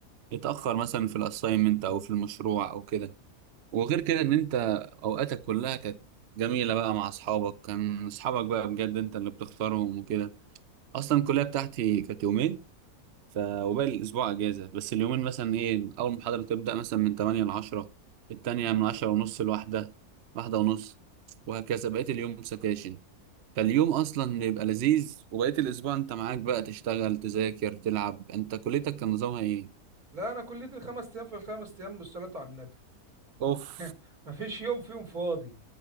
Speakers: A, on the right; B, on the right.
A: يتأخر مثلا في الأساينمنت أو في المشروع أو كده وغير كده إن أنت أوقاتك كلها كانت جميلة بقى مع أصحابك كان أصحابك بقى بجد أنت اللي بتختارهم وكده أصلا الكلية بتاعتي كانت يومين ف وباقي الاسبوع اجازه بس اليومين مثلا ايه اول محاضره تبدا مثلا من 8 ل 10 التانية من 10 ونص لواحدة واحدة ونص وهكذا بقيت اليوم سكاشن فاليوم اصلا بيبقى لذيذ وبقيت الاسبوع انت معاك بقى تشتغل تذاكر تلعب انت كليتك كان نظامها ايه
B: لا انا كليتي الخمس ايام في الخمس ايام بالصلاه على النبي
A: اوف
B: <laughs> مفيش يوم فيهم فاضي